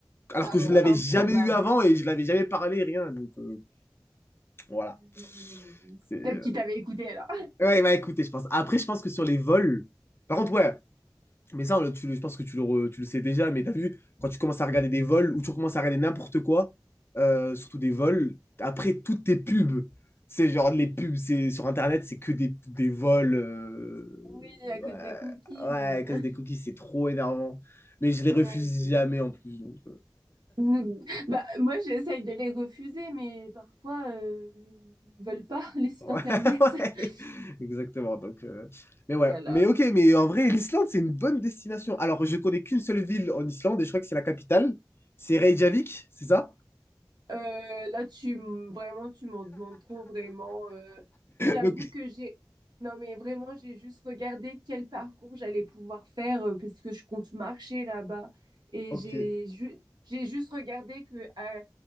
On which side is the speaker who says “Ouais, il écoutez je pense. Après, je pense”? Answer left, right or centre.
Left